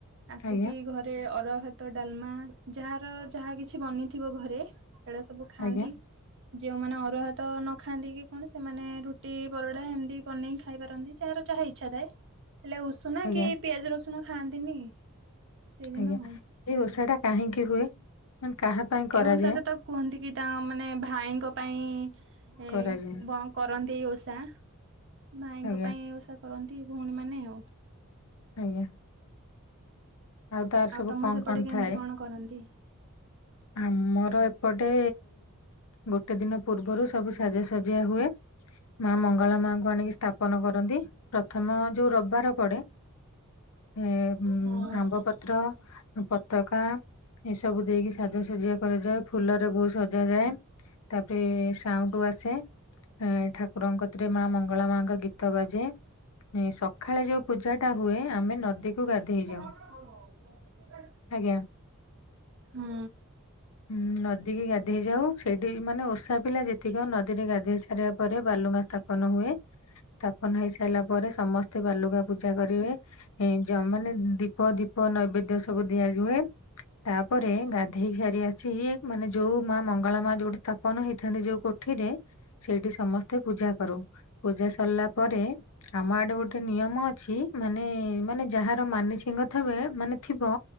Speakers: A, on the right; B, on the left.
A: ଆସିକି
B: ଆଜ୍ଞା
A: ଘରେ ରେ ଅରୁଆ ଭାତ ଡାଲମା ଯାହାର ଯାହା କିଛି ବନିଥିବ ଘରେ ଏଡା ସବୁ ଖାଆନ୍ତି।
B: ଆଜ୍ଞା
A: ଯଉମାନେ ଅରୁଆ ଭାତ ନ ଖାଆନ୍ତି କି କଣ ସେମାନେ ରୁଟି ପରଟା ଏମିତି ବନେଇକି ଖାଇ ପାରନ୍ତି। ଯାହାର ଯାହା ଇଚ୍ଛା ଥାଏ ହେଲେ ଉଷୁନା
B: ଆଜ୍ଞା
A: କି ପିଆଜ ରସୁଣ ଖାଆନ୍ତିନି। ସେଇଦିନ
B: ଆଜ୍ଞା
A: ଆଉ
B: ଏଇ ଓଷା ଟା କାହିଁକି ହୁଏ ମାନେ କାହା ପାଇଁ କରାଯାଏ?
A: ଏ ଓଷାଟା ତ କୁହନ୍ତି କି ତାଙ୍କ ମାନେ ଭାଇଙ୍କ ପାଇଁ ଏ
B: କରାଯାଏ
A: ବୌ କରନ୍ତି ଓଷା ଭାଇଙ୍କ
B: ଆଜ୍ଞା
A: ପାଇଁ ଓଷା କରନ୍ତି ଭଉଣୀମାନେ ଆଉ।
B: ଆଜ୍ଞା। ତାର ସବୁ
A: ଆଉ ତମ
B: କଣ
A: ସେପଟେ
B: କଣ
A: କେମିତି
B: ଥାଏ?
A: କଣ କରନ୍ତି?
B: ଆମର ଏପଟେ ଗୋଟେ ଦିନ ପୂର୍ବରୁ ସବୁ ସାଜସଜ୍ଜା ହୁଏ। ମା ମଙ୍ଗଳା ମାଙ୍କୁ ଆଣିକି ସ୍ଥାପନ କରନ୍ତି ପ୍ରଥମ ଯୋଉ ରବିବାର ପଡ଼େ ଏ ଉଁ
A: ହଁ।
B: ଆମ୍ବ ପତ୍ର ପତକା ଏସବୁ ଦେଇକି ସ ସାଜସଜିଆ କରାଯାଏ ଫୁଲରେ ବହୁତ ସଜାଯାଏ ତାପରେ ସାଉଣ୍ଡୁ ଆସେ ଏଇଁ ଠାକୁରଙ୍କ କତିରେ ମା ମଙ୍ଗଳା ମାଙ୍କ ଗୀତ ବାଜେ ଏ ସଖାଳେ ଯୋଉ ପୂଜା ଟା ହୁଏ ଆମେ ନଦୀକୁ ଗାଧେଇ ଯାଉ।
A: <unintelligible>
B: ଆଜ୍ଞା।
A: ହୁଁ।
B: ହୁଁ ନଦୀ କିି ଗାଧେଇ ଯାଉ ସେଇଠି ମାନେ ଓଷା ପିଲା ଯେତିକି ନଦୀରେ ଗାଧେଇ ସାରିବା ପରେ ବାଲୁକା ସ୍ଥାପନ ହୁଏ ସ୍ଥାପନ ହେଇସାରିଲା ପରେ ସମସ୍ତେ ବାଲୁକା ପୂଜା କରିବେ ଏ ଯୋଉମାନେ ଦୀପ ଦୀପ ନୈବେଦ୍ୟ ସବୁ ଦିଆଯୁଏ ତାପରେ ଗାଧେଇସା ସାରି ଆସି ମାନେ ଯୋଉ ମା ମଙ୍ଗଳା ମା ଯୋଉଠି ସ୍ଥାପନ ହେଇଥାନ୍ତି ଯୋଉ କୋଠିରେ ସେଇଠି ସମସ୍ତେ ପୂଜା କରୁ ପୂଜା ସରିଲା ପରେ ଆମ ଆଡେ ଗୋଟେ ନିୟମ ଅଛି ମାନେ ମାନେ ଯାହାର ମାନସିକ ଥବେ ମାନେ ଥିବ